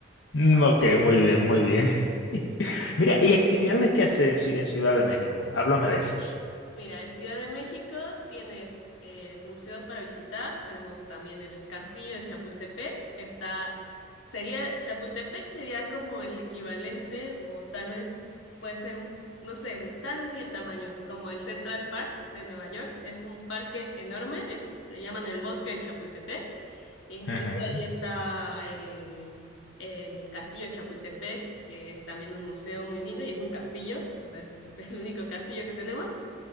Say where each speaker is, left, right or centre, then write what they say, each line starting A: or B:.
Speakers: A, on the left; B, on the left.
A: Mm, Ok, muy bien, muy bien. <laughs> Mira, ¿y actividades que hace en, Ci- en Ciudad de México? Háblame de esas.
B: Mira, en Ciudad de México tienes eh, museos para visitar, tenemos también el Castillo de Chapultepec, que está, sería, Chapultepec sería como el equivalente, o tal vez puede ser un, no sé, tal vez sí en tamaño, como el Central Park de Nueva York, es un parque enorme, es, le llaman el Bosque de Chapultepec, e incluso
A: Ujú.
B: ahí está el, el Castillo de Chapultepec, que es también un museo muy lindo y es un castillo, o sea, es <laughs> el único castillo que tenemos.